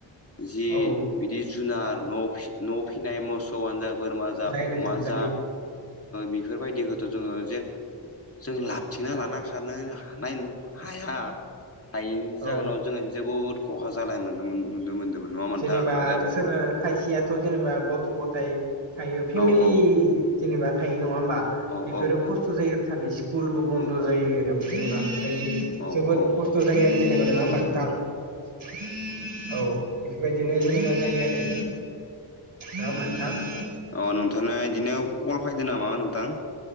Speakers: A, on the left; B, on the right.
A: जि
B: औ
A: बिदि जुनार न न' फिसिनाय मोस जहन जा बोरमा जा
B: जायो नोंथां
A: अमा
B: जायो
A: जा बेफोरबायदिखौथ' जोङो जे जों लाबथिंना
B: औ
A: लाना खारनो हानाय हाया हायैनि जाहोनाव
B: औ
A: जोङो जोबोद खहा जालाय मोन नुनो मोन्दोंमोन नङामोनथां
B: जेनेबा
A: आ आगोल
B: सोर खायसेयाथ' जेनेबा गथ' गथाय थायो फेमिलि
A: औ औ
B: जेनेबा थायो नङा होमबा
A: औ
B: बेफोरो
A: औ
B: खस्थ'
A: औ
B: जायो स स्कुलबो बन्द'
A: औ
B: जायो बुंबादि
A: औ
B: जोबोद
A: औ
B: खस्थ'
A: औ
B: जायो आरो जेनेबा नङा होमबा नोंथां औ। बेफोरबायदिनो जोनोमा जायो आरो नोंङा होमब्ला नोंथां।
A: अ नोंथाङा बिदिनो कल फैदो नामाा नोंथां